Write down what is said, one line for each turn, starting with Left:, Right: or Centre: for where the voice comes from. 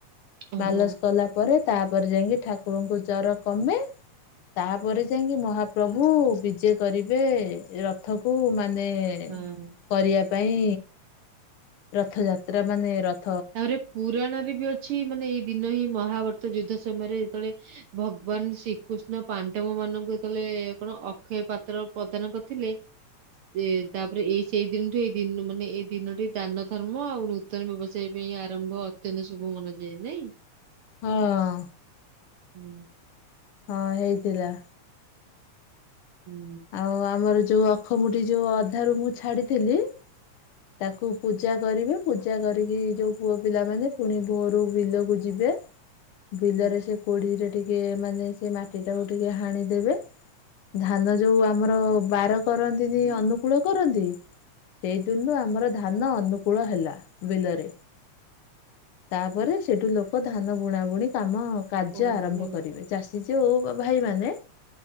Right: ଓହୋ
Left: ମାଲସ କଲା ପରେ ତାପରେ ଯାଇକି ଠାକୁରଙ୍କୁ ଜର କମେ। ତାପରେ ଯାଇକି ମହାପ୍ରଭୁ ବିଜେ କରିବେ ରଥ କୁ ମାନେ
Right: ହଁ।
Left: କରିବା ପାଇଁ ରଥଯାତ୍ରା ମାନେ ରଥ
Right: ତାପରେ ପୁରାଣରେ ବି ଅଛି ଅଛି ମାନେ ଏଇ ଦିନ ହିଁ ମହାଭାରତ ଯୁଦ୍ଧ ସମୟରେ ଯେତେବେଳେ ଭଗବାନ ଶ୍ରୀକୃଷ୍ଣ ପାଣ୍ଡବ ମାନଙ୍କୁ ଯେତେବେଳେ କଣ ଅକ୍ଷୟ ପାତ୍ର ପ୍ରଦାନ କରିଥିଲେ ଏ ତାପରେ ଏଇ ସେଇ ଦିନଠୁ ଏଇ ଦ ମାନେ ଏଇ ଦିନଠ ଦାନ ଧର୍ମ ଆଉ ନୂତନ ବ୍ୟବସ୍ଥା ସେଇ ପାଇଁ ଆରମ୍ଭ ଅତ୍ୟନ୍ତ ଶୁଭ ମନାଯାଏ ନାଇଁ
Left: ହଁ
Right: ହୁଁ
Left: ହଁ ହେଇଥିଲା
Right: ହୁଁ
Left: ଆଉ ଆମର ଯୋଉ ଅଖମଟି ଯୋଉ ଅଧାରୁ ମୁଁ ଛାଡିଥିଲି ତାକୁ ପୂଜା କରିବେ, ପୂଜା କରିକି ଯୋଉ ପୁଅ ପିଲାମାନେ ପୁଣି ଭୋରୁ ବିଲକୁ ଯିବେ ବିଲରେ
Right: ହଁ
Left: ସେ କୋଡିରେ ଟିକେ ମାନେ ସେ ମାଟି ଟାକୁ ଟିକେ ହାଣିଦେବେ ଧାନ ଯୋଉ ଆମର ବାର କରନ୍ତିନି,
Right: ହୁଁ।
Left: ଅନୁକୂଳ କରନ୍ତି ଦିନୁ ଆମର ଧାନ ଅନୁକୂଳ ହେଲା ବିଲରେ ତାପରେ ସେଠୁ ଲୋକ ଧାନ ବୁଣା ବୁଣି କାମ କାର୍ଯ୍ୟ
Right: ହଁ
Left: ଆରମ୍ଭ
Right: ମାନେ
Left: କରିବେ, ଚାଷୀ ଯଉ ଭାଇମାନ